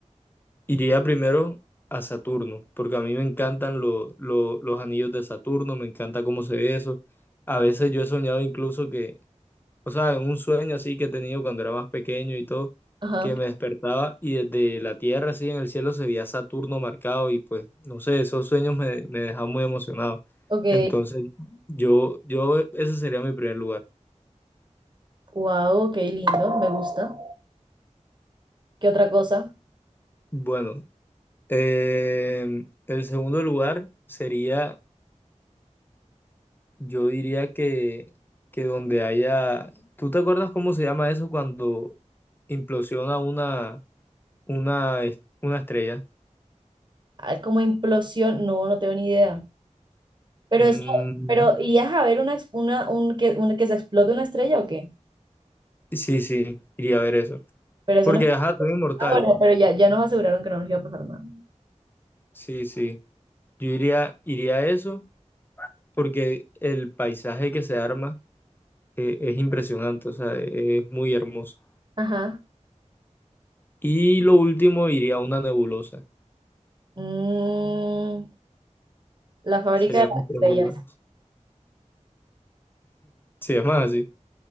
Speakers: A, on the left (about 15°); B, on the right (about 35°).
A: iría primero a Saturno, porque a mí me encantan lo- lo- los anillos de Saturno, me encanta cómo se ve eso. A veces yo he soñado incluso que o sea, en un sueño así que he tenido cuando era más pequeño y todo,
B: Ajá,
A: que me despertaba y desde la tierra así en el cielo se veía Saturno marcado y pues, no sé, esos sueños me, me dejaban muy emocionado.
B: ok.
A: Entonces, yo, yo, ese sería mi primer lugar.
B: Wow, qué lindo, me gusta. ¿Qué otra cosa?
A: Bueno, eh, el segundo lugar sería, yo diría que, que donde haya, ¿tú te acuerdas cómo se llama eso cuando implosiona una, una, est- una estrella?
B: Ah, Como implosión, no, no tengo ni idea. Pero
A: Mm,
B: eso, pero ¿irías a ver una, ex- una, un, que, un- que se explote una estrella o qué?
A: Sí, sí, iría a ver eso.
B: Pero eso
A: Porque,
B: no es-
A: ajá, soy inmortal.
B: Ah, bueno, pero ya, ya nos aseguraron que no nos iba a pasar nada.
A: Sí, sí. Yo iría, iría a eso porque el paisaje que se arma eh, es impresionante, o sea, es muy hermoso.
B: Ajá.
A: Y lo último, iría a una nebulosa.
B: Mm, la fábrica
A: Serían
B: de las
A: mis tres
B: estrellas.
A: lugares. Sí, es más así.